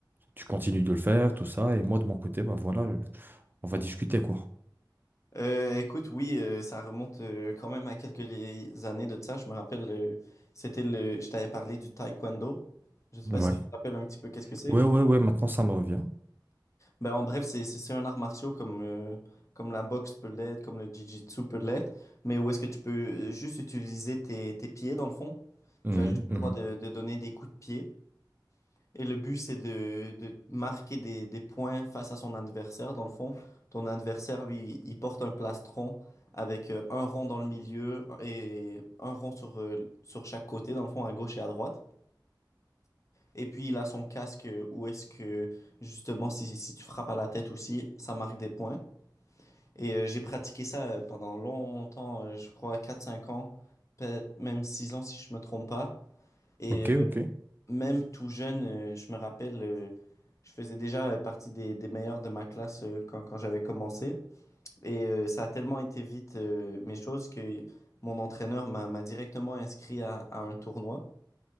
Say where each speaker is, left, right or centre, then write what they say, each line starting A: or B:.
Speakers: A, on the right; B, on the left.
A: tu continues de le faire, tout ça, et moi de mon côté, bah voilà, euh, on va discuter quoi.
B: Euh, écoute, oui, euh, ça remonte euh, quand même à quelques les- années de ça. Je me rappelle, euh, c'était le, je t'avais parlé du taekwondo. Je sais pas
A: Ouais.
B: si tu te rappelles un petit peu qu'est-ce que c'est.
A: Ouais, ouais, ouais, maintenant ça me revient.
B: Ben, en bref, c'est c'est c'est un art martial comme euh, comme la boxe peut l'être, comme le jiu-jitsu peut l'être, mais où est-ce que tu peux euh, juste utiliser tes, tes pieds dans le fond.
A: Mhm,
B: Tu as juste le
A: mhm.
B: droit de, de donner des coups de pied. Et le but, c'est de, de marquer des, des points face à son adversaire. Dans le fond, ton adversaire, lui, il porte un plastron avec euh, un rond dans le milieu et un rond sur, euh, sur chaque côté, dans le fond, à gauche et à droite. Et puis, il a son casque euh, où est-ce que, justement, si, si tu frappes à la tête aussi, ça marque des points. Et euh, j'ai pratiqué ça euh, pendant longtemps, euh, je crois quatre cinq ans, peut-être même 6 ans si je me trompe pas. Et
A: Ok,
B: euh,
A: ok.
B: même tout jeune, euh, je me rappelle, euh, je faisais déjà euh, partie des, des meilleurs de ma classe euh, quand, quand j'avais commencé. Et euh, ça a tellement été vite euh, mes choses que mon entraîneur m'a m'a directement inscrit à, à un tournoi.